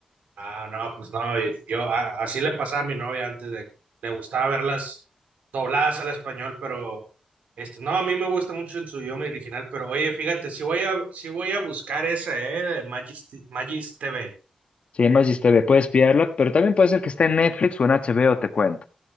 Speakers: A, on the right; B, on the left.
A: Ah, no, pues no, y yo a- así le pasaba a mi novia antes de le gustaba verlas dobladas al español, pero este, no, a mí me gusta mucho en su idioma original, pero oye, fíjate, si voy a si voy a buscar esa, eh, de Magis, T- Magis TV.
B: Sí, Magis TV, puedes pillarla, pero también puede ser que esté en Netflix o en HBO, te cuento.